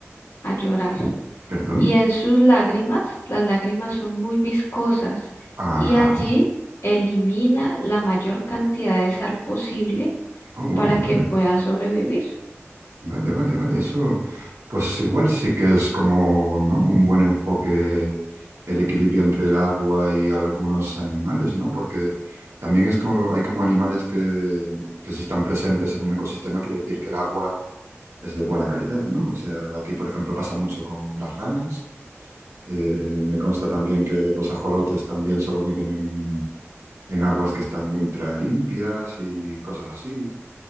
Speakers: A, on the left; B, on the right.
A: a llorar.
B: ¿Perdón?
A: y en sus lágrimas, las lágrimas son muy viscosas
B: Ajá.
A: y allí elimina la mayor cantidad de sal posible
B: Oh, wow,
A: para que
B: vale.
A: pueda sobrevivir.
B: Vale, vale, vale. Eso, pues igual sí que es como, ¿no? Un buen enfoque el equilibrio entre el agua y algunos animales, ¿no? Porque también es como, hay como animales que, que si están presentes en un ecosistema quiere decir que el agua es de buena calidad, ¿no? O sea, aquí, por ejemplo, pasa mucho con las ranas. Eh, me consta también que los ajolotes también solo viven en, en aguas que están ultra limpias y cosas así.